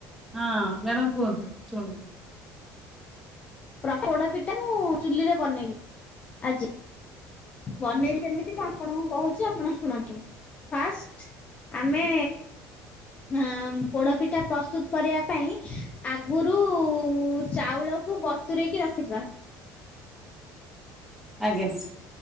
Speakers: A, in the centre; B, on the left.
A: ହଁ ମ୍ୟାଡ଼ାମ କୁହନ୍ତିୁ ଶୁଣିବି।
B: ପ୍ର ପୋଡ଼ ପିଠା ମୁଁ ଚୁଲିରେ ବନେଇଲି ଆଜି ବନେଇଲି ଏମିତି ମୁ ଆପଣଙ୍କୁ କହୁଛି ଆପଣ ଶୁଣନ୍ତୁ ଫାଷ୍ଟ ଆମେ ଆ ପୋଡପିଠା ପ୍ରସ୍ତୁତ କରିବା ପାଇଁ ଆଗରୁ ଚାଉଳକୁ ବ ବତୁରେଇକି ରଖିଥିବା
A: ଆଜ୍ଞା।